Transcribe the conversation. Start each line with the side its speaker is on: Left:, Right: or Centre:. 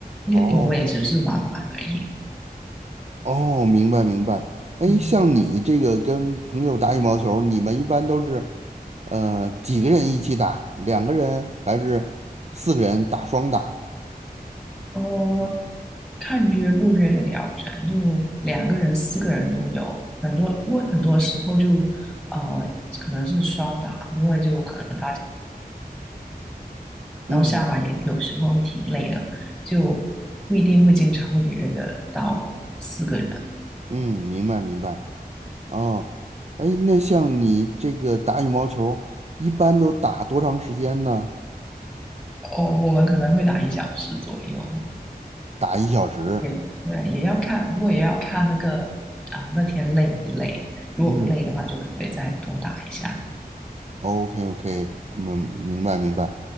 Centre: 因为我们也只是玩玩而已。
Right: 哦哦，明白明白。哎，
Centre: 嗯
Right: 像你这个跟朋友打羽毛球，你们一般都是呃几个人一起打？两个人还是四个人打双打？
Centre: 呃，看约不约的了人，就两个人、四个人都有，很多，不过很多时候就呃，可能是双打，因为就可能，然后下班也有时候会挺累的，
Right: 嗯
Centre: 就不一定会经常会约得到四个人。
Right: 嗯，明白明白。哦，哎，那像你这个打羽毛球，一般都打多长时间呢？
Centre: 哦，我们可能会打一小时左右，
Right: 打一小时。
Centre: 也对，也要看，不过也要看那个啊，那天累不累，如果不累的话，
Right: 嗯。
Centre: 就可以再多打一下。
Right: OK OK，嗯，明白明白。